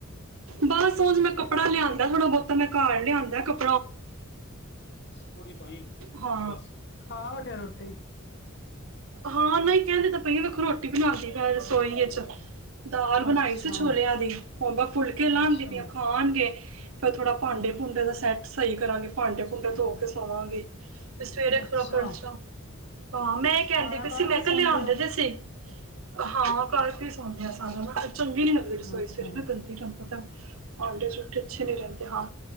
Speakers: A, on the right; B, on the left.
A: ਬਸ ਉਹਜ ਮੈਂ ਕੱਪੜਾ ਲਿਆਂਦਾ ਥੋੜਾ- ਬਹੁਤਾ ਮੈਂ ਘਰ ਲਿਆਂਉਦਾੱ ਕਪੜਾ।
B: ਥੋੜੀ ਪਾਈ,
A: ਹਾਂ
B: ਬਸ, ਖਾ ਉ ਤੇ ਰੋਟੀ।
A: ਹਾਂ ਨਹੀਂ ਕਹਿੰਦੇ ਤਾਂ ਪਈ ਵੇਖੋ ਰੋਟੀ ਬਣਾਉਂਦੇ ਫੇਰ ਰਸੋਈ ਚ। ਦਾਲ ਬਣਾਈ
B: ਅੱਛਾ-ਅੱਛਾ-ਅੱਛਾ,
A: ਸੀ ਛੋਲਿਆਂ ਦੀ, ਉਹ ਫੁਲਕੇ ਲਾਦੀ
B: ਹੂੰ।
A: ਪਆਂ ਖਾਣਗੇ ਫੇਰ ਥੋੜਾ ਭਾਂਡੇ- ਭੂੰਡੇ ਦਾ ਸੈਟ। ਸਹੀ ਕਰਾਂਗੇ ਭਾਂਡੇ- ਭੂੰਡੇ ਧੋ ਕੇ ਸੋਵਾਂਗੇ, ਤੇ ਸਵੇਰੇ ਖੋ
B: ਅੱਛਾ,
A: ਖਰਚਾ। ਹਾਂ ਮੈਂ ਕਹਿੰਦੀ
B: ਸਾਰਾ
A: ਪਈ ਸੀ,
B: ਕਰਕੇ
A: ਮੈਂ ਕਿਹਾ
B: ਸੌਦੇ
A: ਲਿਆਦੇ
B: ਓ?
A: ਤੁਸੀ ਹਾਂ ਕਰਕੇ ਸੁਣ। ਮੈਂ ਸਾਰਾ ਨਾ ਚੰਗੀ ਨੀ ਲੱਗਦੀ ਰਸੋਈ
B: ਅੱਛਾ-ਅੱਛਾ,
A: ਸਵੇਰੇ ਨਾ ਗੰਦੀ ਤੁਹਾਨੂੰ ਪਤਾ ਪਾਂਡੇ ਅੱਛੇ ਨੀ ਲੱਗਦੀ ਹਾਂ,